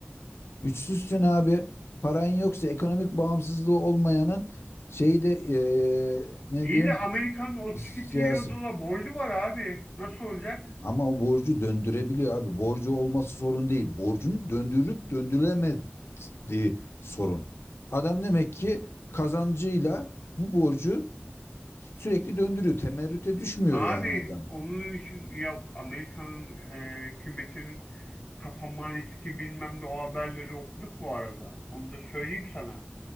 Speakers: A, on the left (about 85°); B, on the left (about 30°).
A: güçsüzsün abi. Paran yoksa ekonomik bağımsızlığı olmayanın şeyi de e, ne
B: İyi
A: diyeyim
B: de Amerika'nın 32
A: siyasi
B: trilyon dolar borcu var abi. Nasıl olacak?
A: Ama o borcu döndürebiliyor abi. Borcu olması sorun değil. Borcun döndürüp döndürülemediği sorun. Adam demek ki kazancıyla bu borcu sürekli döndürüyor. Temerrüte düşmüyor
B: Abi
A: yani adam.
B: onun için yok Amerika'nın e, hükümetinin kapanma riski bilmem ne o haberleri okuduk bu arada. Onu da söyleyeyim sana.